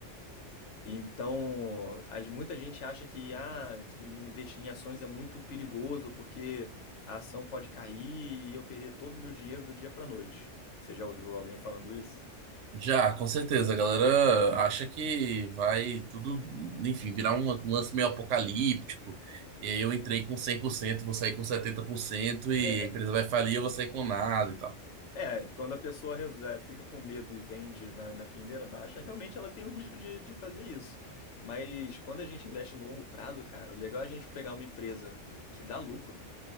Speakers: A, on the left; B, on the right.
A: Então, as- muita gente acha que ah, investir em ações é muito perigoso porque a ação pode cair e eu perder todo o meu dinheiro do dia para noite. Você já ouviu alguém falando isso?
B: Já, com certeza. A galera acha que vai tudo, enfim, virar um um lance meio apocalíptico. E aí eu entrei com cem por cento vou sair com 70%
A: <laughs>
B: e a empresa vai falir, eu vou sair com nada e tal.
A: É, quando a pessoa res- eh, fica com medo e vende na, na primeira baixa, realmente ela tem o risco de, de fazer isso. Mas quando a gente investe no longo prazo, cara, o legal é a gente pegar uma empresa que dá lucro,